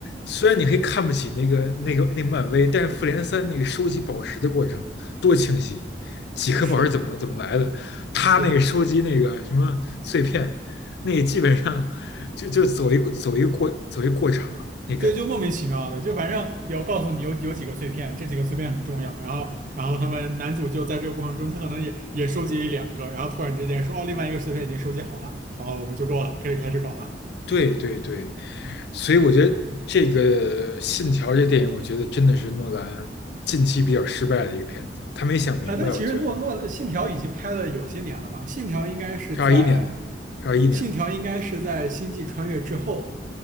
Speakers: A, on the left; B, on the right.
A: 虽然你可以看不起那个那个那个漫威，但是复联三那个收集宝石的过程多清晰，几颗宝石怎么怎么来的，
B: 是
A: 他那个收集那个什么碎片，
B: 是的。
A: 那个基本上就就走一个走一个过走一个过场那感觉。
B: 对，就莫名其妙的，就反正有告诉你有有几个碎片，这几个碎片很重要。然后，然后他们男主就在这个过程中，他可能也也收集一两个，然后突然之间说，哦，另外一个碎片已经收集好了，好，我们就够了，可以开始搞了。
A: 对对对，所以我觉得这个《信条》这电影，我觉得真的是诺兰近期比较失败的一个片子，他没想明白，
B: 啊，但其实诺诺信条已经拍了有些年了吧？
A: 我觉得
B: 信条应该是在
A: 是二一年的，是二一年的。
B: 信条应该是在星际穿越之后